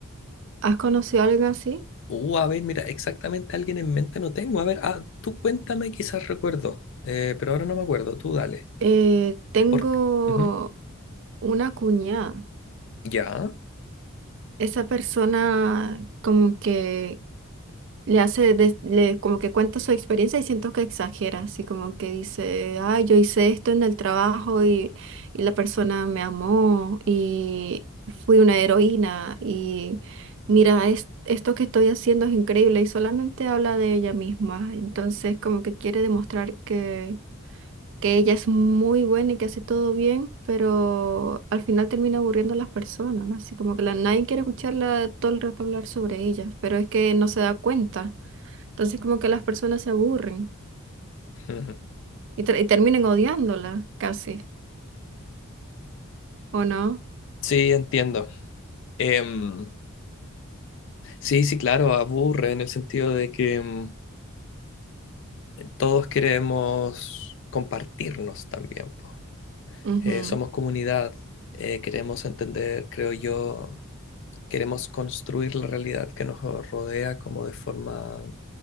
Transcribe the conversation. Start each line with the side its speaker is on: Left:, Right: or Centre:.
Right: ¿Has conocido a alguien así?
Left: Uh, a ver, mira, exactamente alguien en mente no tengo. A ver, ah, tú cuéntame, quizás recuerdo, Eh, pero ahora no me acuerdo, tú dale.
Right: Eh, tengo
Left: Por... Ujú.
Right: una cuñada.
Left: Ya.
Right: Esa persona como que le hace, des- le, como que cuenta su experiencia y siento que exagera, así como que dice, ay, yo hice esto en el trabajo y, y la persona me amó y fui una heroína y mira, es- esto que estoy haciendo es increíble y solamente habla de ella misma, entonces como que quiere demostrar que, que ella es muy buena y que hace todo bien, pero al final termina aburriendo a las personas, así como que la, nadie quiere escucharla todo el rato hablar sobre ella, pero es que no se da cuenta. Entonces como que las personas se aburren
Left: Ujú.
Right: y, ter- y terminan odiándola casi, ¿o no?
Left: Sí, entiendo. Em, sí, sí, claro, aburre en el sentido de que em, todos queremos compartirnos también, po.
Right: Ujú,
Left: Eh, somos comunidad, eh, queremos entender, creo yo, queremos construir la realidad que nos rodea como de forma